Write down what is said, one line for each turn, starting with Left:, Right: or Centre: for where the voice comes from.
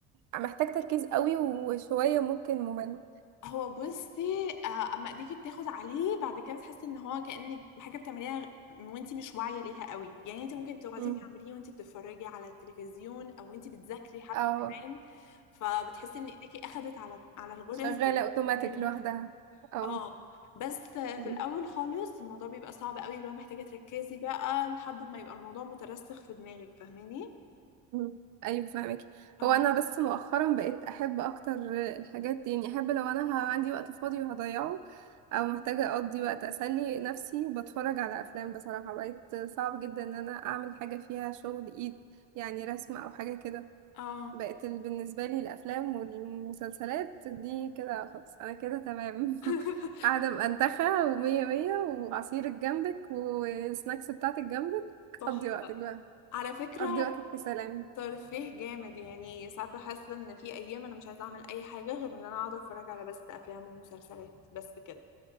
Right: محتاج تركيز قوي وشوية ممكن ممل
Left: هو بصي آه، اما ايديكي بتاخد عليه بعد كده بتحسي ان هو كأنك حاجه بتعمليها غ- وانتي مش واعيه ليها قوي يعني انت ممكن تقعدي
Right: مم.
Left: تعمليه وانتي بتتفرجي على التلفزيون او انتي بتذاكري حتى
Right: اه
Left: كمان فبتحسي ان ايديكي اخدت على على الغرز
Right: شغالة
Left: وبتعمليه
Right: اوتوماتيك لوحدها اه
Left: اه بس في
Right: مم.
Left: الاول خالص الموضوع بيبقى صعب قوي لو محتاجة تركزي بقى لحد ما يبقى الموضوع مترسخ في دماغك فاهماني
Right: مم. ايوه فاهمك
Left: اه
Right: هو انا بس مؤخرا بقيت احب اكتر الحاجات دي يعني احب لو انا ه- عندي وقت فاضي وهضيعه او محتاجة اقضي وقت اسلي نفسي بتفرج على افلام بصراحة بقيت صعب جدا ان انا اعمل حاجة فيها شغل ايد يعني رسم او حاجة كده
Left: اه
Right: بقت ال- بالنسبة لي الأفلام والمسلسلات دي كده خلاص أنا كده تمام
Left: <laughs>
Right: <laughs> قاعدة مأنتخة ومية مية وعصيرك جنبك والسناكس بتاعتك جنبك
Left: تحفة
Right: قضي وقتك بقى
Left: على فكرة
Right: قضي وقتك في سلام
Left: ترفيه جامد يعني ساعات بحس ان في ايام انا مش عايزة اعمل اي حاجة غير ان انا اقعد اتفرج على بس افلام ومسلسلات بس كده